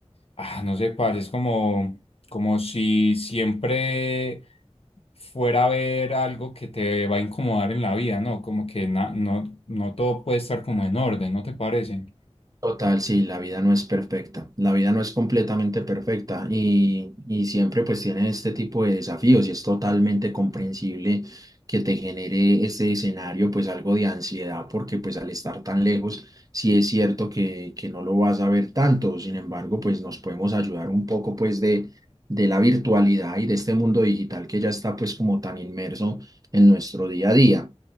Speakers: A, on the left (about 60°); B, on the right (about 35°).
A: Ah, no sé, parce, es como, como si siempre fuera a haber algo que te va a incomodar en la vida, ¿no? Como que na- no, no todo puede estar como en orden, ¿no te parece?
B: Total, sí, la vida no es perfecta, la vida no es completamente perfecta y, y siempre pues tiene este tipo de desafíos y es totalmente comprensible que te genere este escenario pues algo de ansiedad porque pues al estar tan lejos sí es cierto que, que no lo vas a ver tanto, sin embargo pues nos podemos ayudar un poco pues de, de la virtualidad y de este mundo digital que ya está pues como tan inmerso en nuestro día a día.